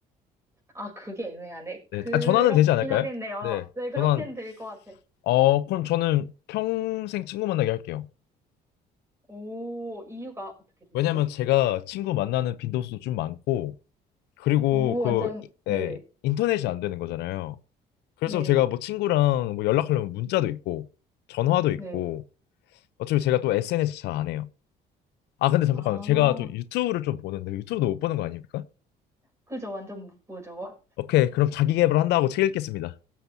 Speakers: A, on the right; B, on the left.
A: 아, 그게 애매하네. 그렇긴
B: 네, 아, 전화는 되지 않을까요?
A: 하겠네요.
B: 네,
A: 네, 그렇게는
B: 전화는
A: 될 것 같아요.
B: 어, 그럼 저는 평생 친구 만나게 할게요.
A: 오, 이유가 어떻게 되시죠?
B: 왜냐면 제가 친구 만나는 빈도수도 좀 많고 그리고
A: 오,
B: 그
A: 완전,
B: 이-
A: 네,
B: 네, 인터넷이 안 되는 거잖아요. 그래서
A: 네,
B: 제가 뭐 친구랑 뭐 연락하려면 문자도 있고 전화도 있고
A: 네.
B: 어차피 제가 또 SNS 잘 안 해요. 아, 근데 잠깐만
A: 아,
B: 제가 또 유튜브를 좀 보는데 유튜브도 못 보는 거 아닙니까?
A: 그죠. 완전 못 보죠.
B: 오케이, 그럼 자기 계발 한다고 책 읽겠습니다.